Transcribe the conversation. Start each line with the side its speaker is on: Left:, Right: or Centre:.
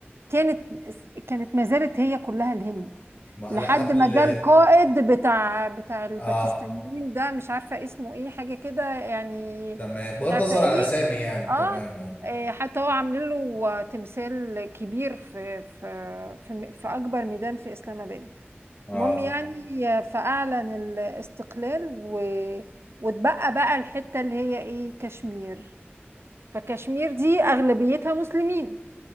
Right: كانت كانت ما زالت هي كلها الهند
Left: ما
Right: لحد
Left: لا قبل
Right: ما جه القائد بتاع بتاع الباكستانيين
Left: اه
Right: ده مش عارفة اسمه ايه حاجة كده يعني
Left: تمام بغض
Right: مش عارفة
Left: النظر
Right: ايه
Left: على الاسامي يعني
Right: اه
Left: تمام
Right: إيه، حتى هو عاملين له تمثال كبير في في في في أكبر ميدان في إسلام آباد
Left: اه
Right: المهم يعني فأعلن الاستقلال و... واتبقى بقى الحتة اللي هي ايه كشمير فكشمير دي أغلبيتها مسلمين